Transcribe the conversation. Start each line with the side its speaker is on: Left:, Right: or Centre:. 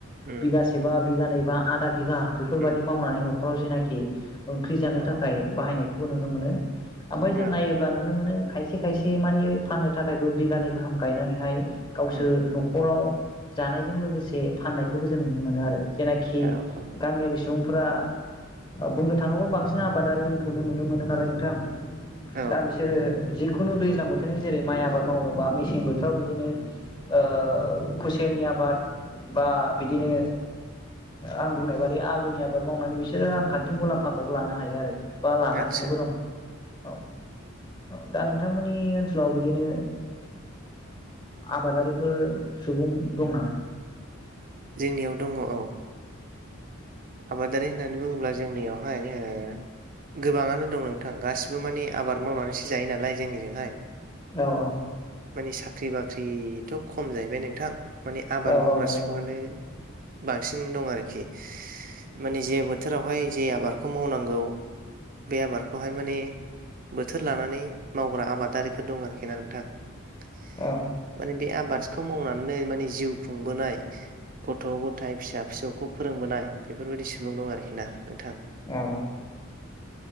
Right: उम
Left: बिगासे बा बिगानै बा आदा बिगा बेफोरबायदि
Right: उम
Left: मावनानै न'खराव जेनाखि ओम ओंख्रि जानो
Right: औ
Left: थाखाय बाहायनाय खौ नुनो मोनो। ओमफ्राय जों
Right: औ
Left: नायोब्ला नुनो मोनो खायसे खायसे माने फाननो थाखायबो बिगानै गाहाम गायनानैहाय गावसोर
Right: उम
Left: न'खराव जानायजों लोगोसे फाननायखौबो जों नुनो मोनो आरो। जेनाखि
Right: औ
Left: गामियारि सुबुंफोरा बुंनो थाङोब्ला बांसिन आबादारिखौनो नुनो मोनो नालाय नोंथां।
Right: औ
Left: दा बिसोरो जि खुनु दैज्लां बोथोरनि जेरै माइ आबाद मावो बा मेसें बोथोराव बिदिनोसै ओ खुसेरनि आबाद बा बिदिनो आं बुंनाय बादि आलुनि आबाद मावनानै बिसोरो रांखान्थि मुलाम्फाखौबो लानो हायो आरो। बा लागासिनोबो
Right: आदसा
Left: दं औ। औ दा नोंथांमोननि ओनसोलाव बिदिनो आबादारिफोर सुबुं दंना?
Right: जोंनियाव दङ औ आबादारि होननानै बुङोब्ला जोंनियावहाय ओ गोबाङानो दङ नोंथां गासिबो माने आबार मावनानैसो जायो नालाय जोंनिजोंहाय। <inaudible>
Left: औ औ
Right: माने साख्रि बाख्रि थ' खम जाहैबाय नोंथां। माने आबाद
Left: औ
Right: मावग्रा
Left: औ नंगौ
Right: सुबुङानो
Left: नंगौ
Right: बांसिन दं आरोखि माने जे बोथोरावहाय जे आबादखौ मावनांगौ बे आबादखौहाय माने बोथोर लानानै मावग्रा आबादारिफोर दं आरोखि ना नोंथां। <inaudible>
Left: औ
Right: माने बे आबाद बिखौ मावनानै माने जिउ खुंबोनाय, गथ' गथायाइ फिसा फिसौखौ फोरोंबोनाय, बेफोरबायदि सुबुं दं आरोखि ना नोंथां।
Left: औ औ